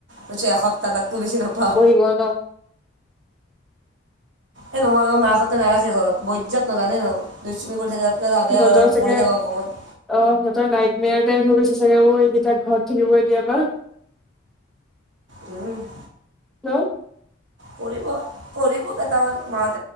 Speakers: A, on the right; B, in the centre.
A: <unintelligible> এসপ্তাহ, তাতকৈ বেছি নাপাৱ।
B: দিব ন?
A: এ নহয় অ', মাকহঁতে নাৰাখে ঘৰত, বৈদজাত ন', জানে ন'! দুষ্টামি কৰি থাকে, তাতকে আৰু ভাৱে
B: সিহঁতৰ
A: আৰু
B: চাগে
A: পঢ়ি থাকক অকণমান।
B: অ', সিহঁতৰ নাইট মেয়াৰ টাইপ হৈ গৈছে চাগে, অ', এইকেইটা ঘৰত থাকিব এতিয়া পা।
A: উম <inaudible>
B: হেলউ?
A: কৰিব, কৰিব কেইটামান <unintelligible>